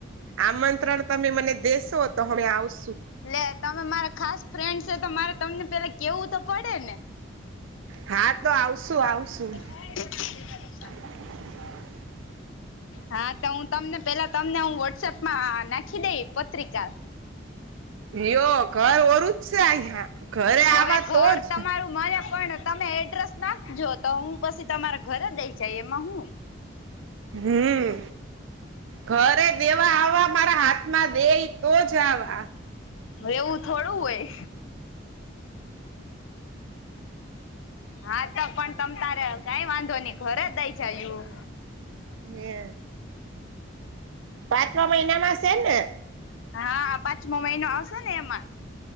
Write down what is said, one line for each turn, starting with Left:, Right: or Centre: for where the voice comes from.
Right: આમંત્રણ તમે મને દેશો તો હમે આવશું
Left: એટલે તમે મારા ખાસ ફ્રેન્ડ છે, તો મારે તમને પેલા કેવું તો પડે ને
Right: હા તો આવશુ આવશું
Left: <inaudible>
Right: હ
Left: હા તો હું તમને પેલા તમને હું વોટ્સઅપમાં નાખી દઈ પત્રિકા
Right: ભયો ઘર ઓરું જ છે અહીં ઘરે
Left: હવે
Right: આવા તો
Left: ઘર
Right: જ
Left: તમારું મને પણ તમે એડ્રેસ નાખજો તો હું પછી તમારા ઘરે દઈ જાય એમાં હુ
Right: હમ્મ ઘરે દેવા આવવા મારા હાથમાં દેઈ તો જ આ
Left: એવું થોડું હોય. હા તો પણ તમ તારે કઈ વાંધો નહી ઘરે જ દઈ છે એું
Right: હ પાંચમા મહિના માં છે ને
Left: હા પાંચમો મહિનો આવશે ને એમાં